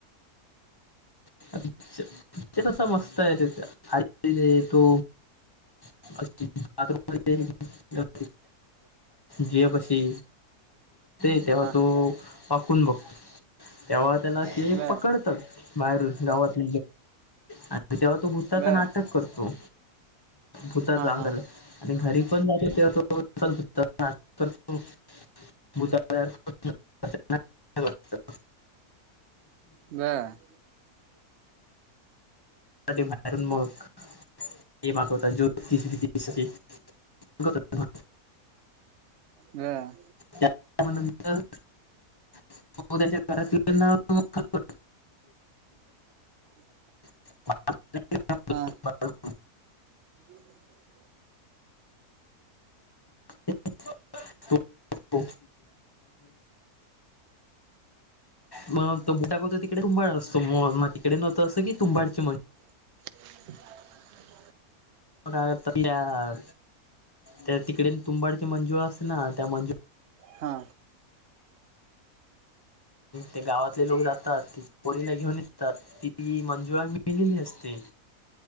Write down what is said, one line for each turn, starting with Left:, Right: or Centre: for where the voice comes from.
Left: <unintelligible> पिक्चर आसा मस्त आय तो. <unintelligible> बाथरूम मध्ये <unintelligible> दिव्या पाशी <unintelligible> तेव्हा
Right: हा
Left: तो वाकून बघतो तेव्हा त्याला ते
Right: बर
Left: पकडतात बाहेरून गावात. आणि तेव्हा तो भुताचं
Right: बर
Left: नाटक करतो. भूता
Right: हा
Left: अंगाला
Right: हा
Left: आणि घरी पण जातो तेव्हा तो <unintelligible> भूताला <unintelligible>
Right: बर.
Left: बाहेरनं बघ हे मागवतात <unintelligible> <unintelligible>
Right: बर.
Left: त्याच्या नंतर तो त्याच्या घरातल्याना <unintelligible>
Right: <inaudible>
Left: <unintelligible>
Right: हा.
Left: <unintelligible>
Right: बोल लकाच्या.
Left: <unintelligible> मग तो बोटं दाखवतो तिकडे तुंबाड असतो मग तिकडे नव्हतं असं कि तुंबाडची
Right: <inaudible>
Left: तर त्या त्या तिकडे तुंबाडची मंजूळ असते ना त्या मंजुळा
Right: हा.
Left: ते गावातले लोक जातात तिच्या पोरीला घेऊन ये तर ती मंजुळा मेलेली असते.